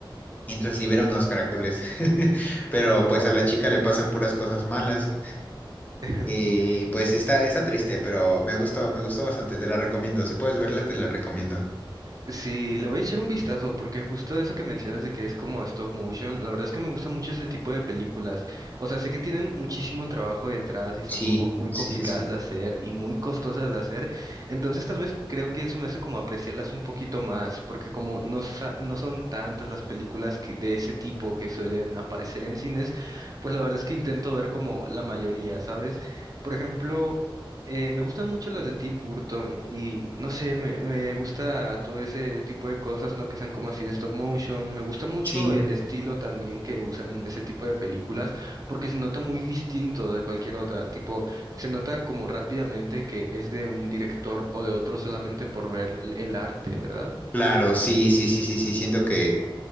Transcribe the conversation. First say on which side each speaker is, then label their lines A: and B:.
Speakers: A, on the left; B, on the right.
A: mientras libera unos caracoles. <laughs> Pero
B: Wow.
A: pues a la chica le pasan puras cosas malas.
B: <laughs>
A: Y pues está, está triste, pero me gustó, me gustó bastante. Te la recomiendo. Si puedes verla, te la recomiendo.
B: Sí, le voy a echar un vistazo porque justo eso que mencionas de que es como stop motion, la verdad es que me gusta mucho ese tipo de películas. O sea, sé que tienen muchísimo trabajo detrás y son
A: Sí,
B: como muy
A: sí,
B: complicadas
A: sí, sí.
B: de hacer y muy costosas de hacer. Entonces tal vez creo que eso me hace como apreciarlas un poquito más porque como no, sa- no son tantas las películas que, de ese tipo que suelen aparecer en cines, pues la verdad es que intento ver como la mayoría, ¿sabes? Por ejemplo... Eh, me gustan mucho las de Tim Burton y no sé, me, me gusta todo ese tipo de cosas, ¿no? Que sean como así de stop motion. Me gusta mucho
A: Sí,
B: el estilo también que usan en ese tipo de películas porque se nota muy distinto de cualquier otra. Tipo, se nota como rápidamente que es de un director o de otro solamente por ver el el arte, ¿verdad?
A: Claro, sí, sí, sí, sí, sí, siento que